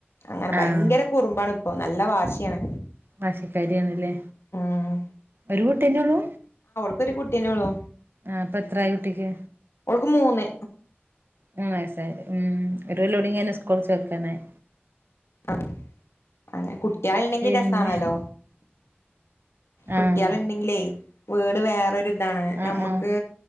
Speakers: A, on the left; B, on the right.
A: അങ്ങനെ ഭയങ്കര
B: ആഹ്
A: കുറുമ്പാണ്. ഇപ്പൊ നല്ല വാശിയാണ്.
B: വാശിക്കാരി ആണ് ഇല്ലേ
A: ഉം
B: ഒരു കുട്ട്യന്നെ ഉള്ളൂ.
A: ഒരു കുട്ട്യന്നെ ഒള്ളു.
B: ആഹ് ഇപ്പെത്രായി കുട്ടിക്ക്?
A: ഓൾക്ക് മൂന്ന്.
B: മൂന്ന് വയസ്സായില്ലേ ഉം ഒരു കൊല്ലോടിം കഴിഞ്ഞ സ്‌കൂളി ചേർക്കാനായി.
A: അഹ് അങ്ങെ കുട്ട്യോളൊണ്ടെങ്കി
B: പിന്നെ
A: രസാണല്ലോ?
B: ആഹ്
A: കുട്ട്യോളൊണ്ടെങ്കിലേ വീട് വേറൊരിതാണ്.
B: ആഹ്
A: നമ്മക്ക്
B: ആഹ്